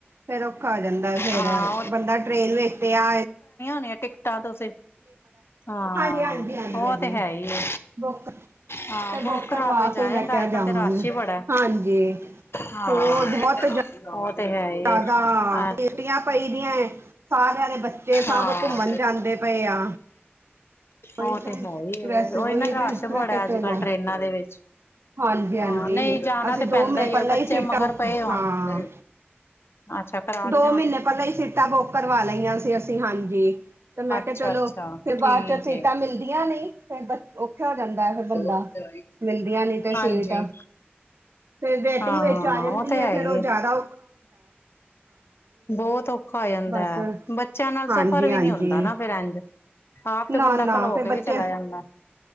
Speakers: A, on the right; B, on the left.
A: ਫੇਿਰ ਔਖਾ ਆ ਜਾਂਦਾ। ਫੇਿਰ
B: ਹਾਂ
A: ਬੰਦਾ ਟ੍ਰੇਨ ਵੇਖ ਤੇ ਆ
B: ਨੀ ਟਿਕਟਾਂ ਤੁਸੀਂ ਹਾਂ
A: ਹਾਂਜੀ ਹਾਂਜੀ ਹਾਂਜੀ
B: ਉਹ
A: ਹਾਂਜੀ
B: ਤੇ ਹੈ ਹੀ ਆ
A: ਬੁੱਕ
B: ਹਾਂ
A: ਤੇ
B: ਬੁੱਕ ਕਰਾ
A: ਕਰਵਾ
B: ਕੇ ਜਾਏਦਾ
A: ਮੈਂ ਕਿਹਾ
B: ਅੱਜ
A: ਜਾਵਾਂਗੇ
B: ਕਲ ਤੇ ਰਸ਼ ਹੀ ਬੜਾ
A: ਹਾਂਜੀ
B: ਹਾਂ।
A: ਹੋਰ ਬਹੁਤ <inaudible>
B: ਤੇ ਹੈ ਹੀ ਏ। ਆ
A: ਪਈ ਦੀਆਂ ਸਾਰਿਆਂ ਦੇ ਬੱਚੇ ਸਭ
B: ਹਾਂ
A: ਘੁੰਮਣ ਜਾਂਦੇ ਪਏ ਆ। ਉਹੀ
B: ਉਹ
A: ਤੇ
B: ਹੈ ਹੀ ਏ,
A: ਵੈਸੇ ਉਹੀ
B: ਨਾ ਰਸ਼
A: ਤੇ ਮੈਂ
B: ਬੜਾ
A: ਕਿਹਾ
B: ਅੱਜ
A: ਚਲੋ
B: ਕੱਲ ਟ੍ਰੇਨਾਂ ਦੇ ਵਿੱਚ
A: ਹਾਂਜੀ
B: ਹਾਂ
A: ਹਾਂਜੀ
B: ਨਹੀਂ ਜਾਣਾ
A: ਅਸੀਂ
B: ਤੇ
A: ਦੋ
B: ਪੈਂਦਾ
A: ਮੇ ਪਹਿਲਾਂ
B: ਹੈ ਬੱਚੇ
A: ਹੀ ਸੀਟਾਂ
B: ਮਗਰ ਪਏ ਹੋਣ
A: ਹਾਂ।
B: ਨਹੀਂ ਅੱਛਾ ਕਰਾਲੀ
A: ਦੋ ਮਹੀਨੇ ਪਹਿਲਾਂ ਹੀ ਸੀਟਾਂ ਬੁੱਕ ਕਰਵਾ ਲਈਆਂ ਸੀ ਅਸੀਂ ਹਾਂਜੀ। ਤੇ ਮੈਂ
B: ਅੱਛਾ
A: ਕਿਹਾ ਚਲੋ
B: ਅੱਛਾ
A: ਫੇਰ ਬਾਅਦ
B: ਠੀਕ
A: ਚੋਂ ਸੀਟਾਂ
B: ਏ
A: ਮਿਲਦੀਆਂ ਫੇਰ ਬ ਔਖੇ ਹੋ ਜਾਂਦਾ ਫਿਰ ਬੰਦਾ
B: ਹੋਰ ਵਧਾਈ
A: ਮਿਲਦੀਆਂ ਨੀ।
B: ਹਾਂਜੀ
A: ਸੀਟ ਫੇਰ ਵੇਟਿੰਗ
B: ਹਾਂ
A: ਵਿੱਚ ਆ ਜਾਂਦੀ
B: ਉਹ ਤੇ
A: ਏ।
B: ਹੈ
A: ਫੇਰ
B: ਹੀ
A: ਉਹ ਜਿਆਦਾ
B: ਬਹੁਤ ਔਖਾ ਹੋ ਜਾਂਦਾ
A: ਬਸ
B: ਹੈ ਬੱਚਿਆਂ ਨਾਲ
A: ਹਾਂਜੀ
B: ਸਫ਼ਰ ਵੀ
A: ਹਾਂਜੀ
B: ਨੀ ਹੁੰਦਾ ਨਾ ਫਿਰ ਇੰਝ। ਹਾਂ ਤੇੇ
A: ਨਾ
B: ਬੰਦਾ
A: ਨਾ
B: ਖਲੋ
A: ਫਿਰ
B: ਕੇ
A: ਬੱਚੇ
B: ਵੀ ਚਲਾ ਜਾਂਦਾ।